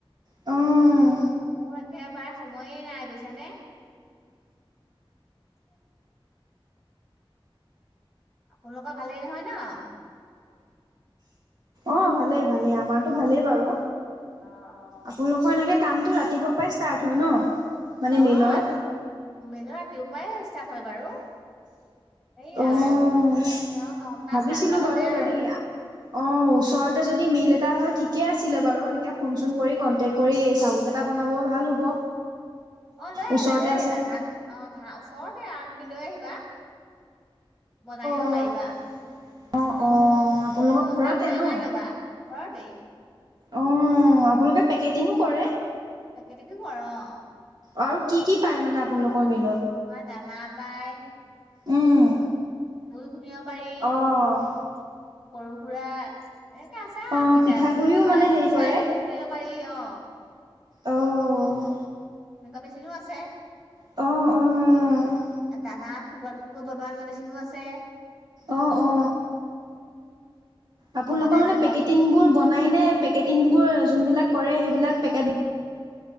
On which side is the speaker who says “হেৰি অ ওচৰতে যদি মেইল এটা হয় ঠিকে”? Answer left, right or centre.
Right